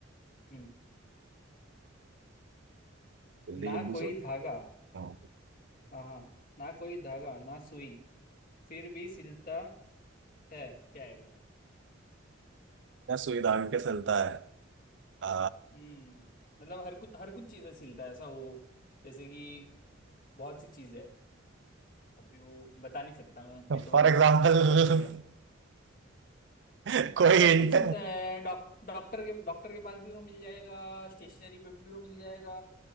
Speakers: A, on the left; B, on the right.
A: हम्म,
B: जल्दी
A: ना
B: जल्दी
A: कोई
B: सोच
A: धागा
B: हाँ।
A: हाँ हाँ ना कोई धागा ना सुई फिर भी सिलता है क्या है वो
B: क्या सुई धागे के चलता है आ
A: हम्म मतलब हर कुछ हर कुछ चीजें सिलता है ऐसा वो जैसे कि बहुत सी चीजें हैं अभी वो बता नहीं सकता मैं नहीं तो
B: फॉर
A: बाद में
B: एग्जाम्पल
A: वो पता चल जाएगा
B: <laughs> कोई
A: सब
B: हिंट
A: कुछ सिलता है डॉक डॉक्टर के डॉक्टर के पास भी वो मिल जाएगा स्टेशनरी पे भी वो मिल जाएगा